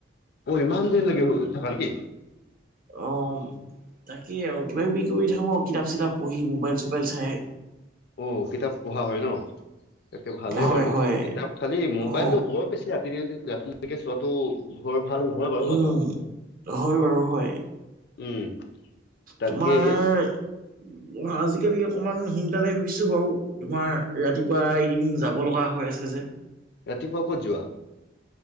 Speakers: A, on the left (about 60°); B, on the right (about 50°).
A: অ ইমান দেৰিলৈকে শুই থকা নেকি?
B: অম। তাকে আৰু কিবা কিবি কৰি থাকো আৰু কিতাপ-চিতাপ পঢ়ি মোবাইল-চোবাইল চাই।
A: অ কিতাপ পঢ়া হয় ন? তাকে ভালেই
B: হয়
A: বাৰু,
B: হয়
A: কিতাপ খালি মোবাইলটো
B: অ
A: বৰ বেছি ৰাতি ৰাতিলৈকে চোৱা টো ভৰ ভাল নহয় বাৰু
B: উম
A: হোৱাটো।
B: হয় বাৰু হয়
A: উম তাকে
B: তোমাৰ অ আজিকালি অকমান সোনকালে শুইছো বাৰু। তোমাৰ ৰাতিপুৱা এইকেইদিন যাব লগা হৈ আছে যে
A: ৰাতিপুৱা ক'ত যোৱা?